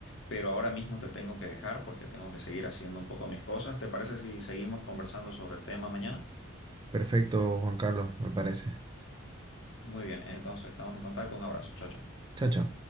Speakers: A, on the left; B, on the right.
A: pero ahora mismo te tengo que dejar porque tengo que seguir haciendo un poco mis cosas. ¿Te parece si seguimos conversando sobre el tema mañana?
B: Perfecto, Juan Carlos, me parece.
A: Muy bien, entonces estamos en contacto. Un abrazo, chao, chao.
B: Chao, chao.